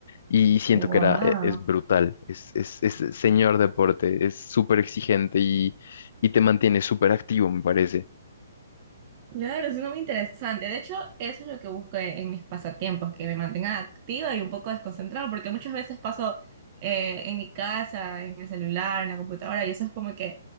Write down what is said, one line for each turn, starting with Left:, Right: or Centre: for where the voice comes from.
Left: y siento
Right: wow.
Left: que era, e- es brutal, es, es, es señor deporte, es súper exigente y, y te mantiene súper activo, me parece.
Right: Claro, suena muy interesante. De hecho, eso es lo que busco en, en mis pasatiempos, que me mantengan activa y un poco desconcentrada, porque muchas veces paso eh, en mi casa, en el celular, en la computadora, y eso es como que